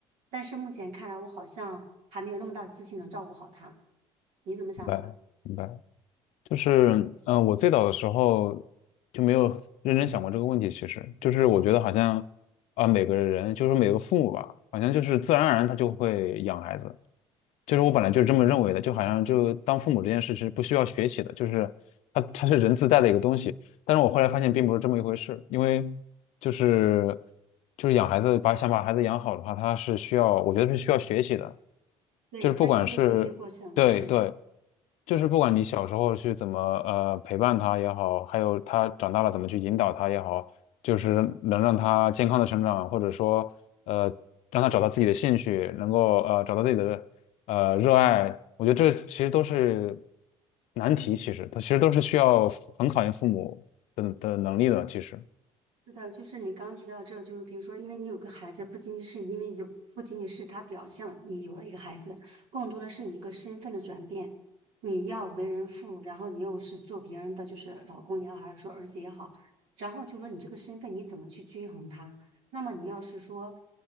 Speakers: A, on the right; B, on the left.
A: 但是目前看来，我好像还没有那么大的自信能照顾好他。你怎么想的？
B: 明白，明白。就是，嗯，我最早的时候就没有认真想过这个问题。其实，就是我觉得好像啊、每个人，就是每个父母吧，好像就是自然而然他就会养孩子，就是我本来就是这么认为的，就好像就当父母这件事是不需要学习的，就是它它是人自带的一个东西。但是我后来发现并不是这么一回事，因为就是就是养孩子把想把孩子养好的话，他是需要我觉得是需要学习的，
A: 对，
B: 就是不管是对对，
A: 它是一个学习过程，是
B: 就是不管你小时候去怎么呃陪伴他也好，还有他长大了怎么去引导他也好，就是能让他健康的成长，或者说呃让他找到自己的兴趣，能够呃找到自己的。呃，热爱，我觉得这其实都是难题，其实它其实都是需要很考验父母的的能力的。其实，
A: 是的，就是你刚刚提到这，就是比如说，因为你有个孩子，不仅仅是因为有，不仅仅是他表象，你有了一个孩子，更多的是你一个身份的转变，你要为人父，然后你又是做别人的，就是老公也好，还是说儿子也好，然后就说你这个身份你怎么去均衡它？那么你要是说